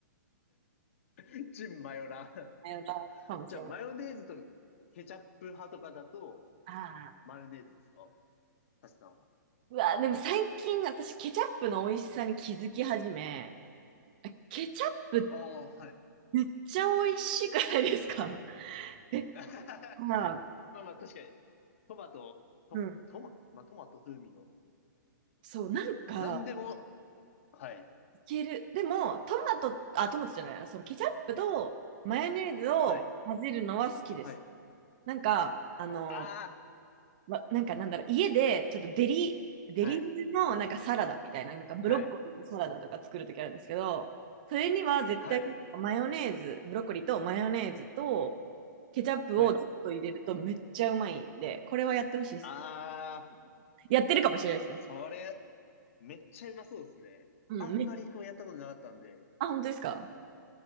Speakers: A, on the left (about 40°); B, on the right (about 25°).
A: <laughs> チンマヨラー。
B: マヨラーかもしれない。
A: <laughs> じゃあ、マヨネーズとケチャップ派とかだと、
B: ああ。
A: マヨネーズですかサチさんは。
B: うわ、でも最近私ケチャップの美味しさに気づき始め、えケチャップ
A: ああ、はい。
B: めっちゃ美味しくないですか <laughs> え、
A: <laughs>
B: まあ、
A: まあまあ、確かに、トマト、ト、
B: うん。
A: トマ、まあ、トマト風味の、
B: そう、なんか、
A: なんでも、はい、
B: いける。でも、トマト、あ、トマトじゃないな、そのケチャップとマヨネーズを混ぜるのは好きです。
A: はい、はい。
B: なんか、あの、
A: あ
B: ま、なんかなんだろう、家でちょっとデリ、デリのなんかサラダみたいな、
A: あ、はい、
B: なんかブロッコリーのサラダとか作るときあるんですけど、
A: はい、
B: それには絶対マヨネーズ、
A: はい、
B: ブロッコリーとマヨネーズとケチャップをちょっと入れるとめっちゃうまいんで、
A: はい。
B: これはやってほしいです。
A: あ
B: やってるかもしれないですけど。
A: ー、それ、めっちゃうまそうですね。
B: うん、
A: あんまりこうやったことなかったんで、
B: めあ、本当ですか